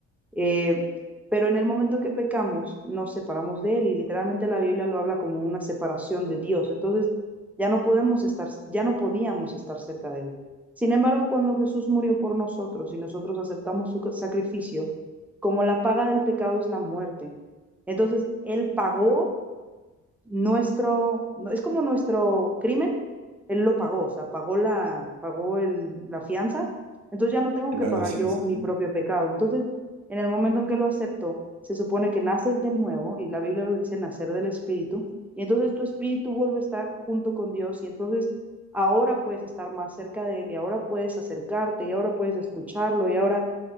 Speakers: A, in the centre; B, on the right.
A: Eh, pero en el momento que pecamos, nos separamos de Él y literalmente la Biblia lo habla como una separación de Dios. Entonces, ya no podemos estar, ya no podíamos estar cerca de Él. Sin embargo, cuando Jesús murió por nosotros y nosotros aceptamos su sacrificio, como la paga del pecado es la muerte, entonces Él pagó nuestro, no- es como nuestro crimen, él lo pagó, o sea, pagó la, pagó el, la fianza, entonces ya no tengo
B: claro,
A: que pagar
B: sí,
A: yo
B: sí,
A: mi
B: sí,
A: propio pecado. Entonces, en el momento en que lo acepto, se supone que naces de nuevo, y la Biblia lo dice, nacer del Espíritu, y entonces tu espíritu vuelve a estar junto con Dios, y entonces ahora puedes estar más cerca de Él, y ahora puedes acercarte, y ahora puedes escucharlo, y ahora